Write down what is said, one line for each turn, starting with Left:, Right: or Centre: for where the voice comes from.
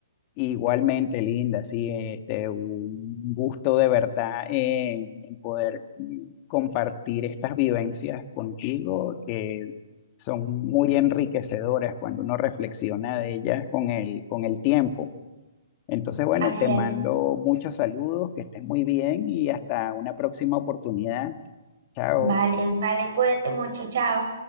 Left: Igualmente, Linda, sí, este, un gusto de verdad en, en poder mm, compartir estas vivencias contigo, que son muy enriquecedoras cuando uno reflexiona de ellas con el, con el tiempo. Entonces, bueno,
Right: Así
Left: te mando
Right: es.
Left: muchos saludos, que estés muy bien y hasta una próxima oportunidad. Chao.
Right: Vale, vale, cuídate mucho, chao.